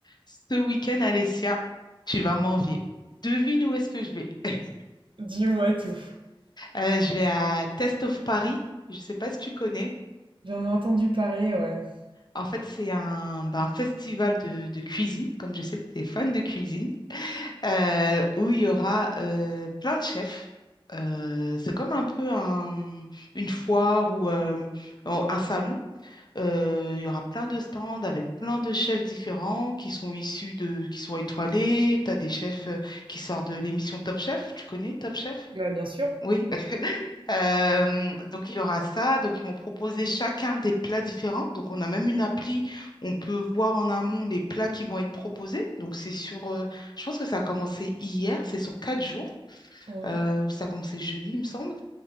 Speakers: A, on the left (about 50°); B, on the right (about 60°).
A: Ce week-end, Alessia, tu vas m'envier. Devine où est-ce que je vais. <laughs>
B: Dis-moi tout.
A: Euh, je vais à Test of Paris. Je ne sais pas si tu connais.
B: J'en ai entendu parler, ouais.
A: En fait, c'est un, ben, un festival de, de cuisine, comme je sais que tu es fan de cuisine, euh, où il y aura euh, plein de chefs. Euh, c'est comme un peu un- une foire ou euh, un salon Euh, il y aura plein de stands avec plein de chefs différents qui sont issus de, qui sont étoilés. Tu as des chefs euh, qui sortent de l'émission Top Chef. Tu connais Top Chef?
B: Bah, bien sûr.
A: Oui. <laughs> Euh, donc il y aura ça. Donc ils vont proposer chacun des plats différents. Donc on a même une appli. On peut voir en amont les plats qui vont être proposés. Donc c'est sur, euh, je pense que ça a commencé hier. C'est sur quatre jours.
B: Ouais.
A: euh, ou ça a commencé jeudi, il me semble.